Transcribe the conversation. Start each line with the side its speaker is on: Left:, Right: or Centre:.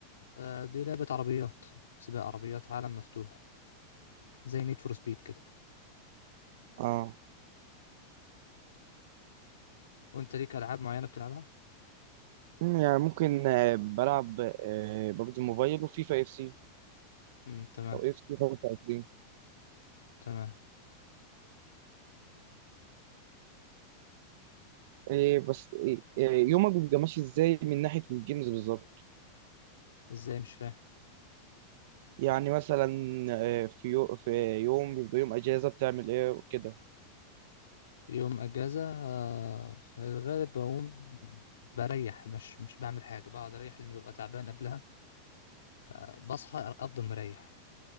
Left: آه، دي لعبه عربيات سباق عربيات عالم مفتوح زي نيد فور سبيد كده
Right: اه
Left: وانت ليك العاب معينه بتلعبها
Right: مم، يعني ممكن آه، بلعب آه، ببجي موبايل وفيفا اف سي
Left: امم تمام
Right: او اف سي 25
Left: تمام
Right: إيه بس إيه إيه، يومك بيبقى ماشي ازاي من ناحية الجيمز بالظبط
Left: ازاي مش فاهم
Right: يعني مثلا آه، في يو في يوم بيبقى يوم اجازة بتعمل ايه وكده
Left: يوم اجازه آه، في الغالب بقوم بريح مش مش بعمل حاجه بقعد اريح لاني ببقى تعبان قبلها فبصحى افضل مريح